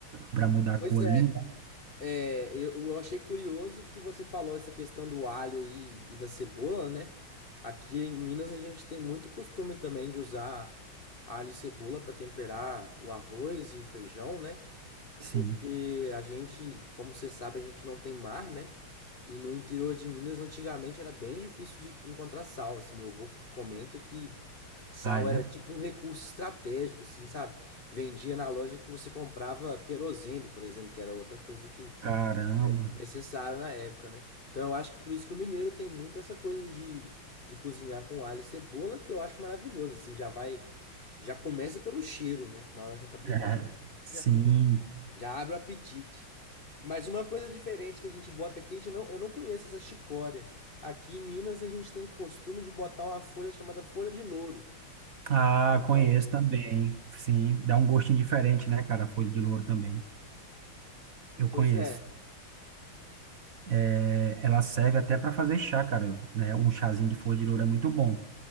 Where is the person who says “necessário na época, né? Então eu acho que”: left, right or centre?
Left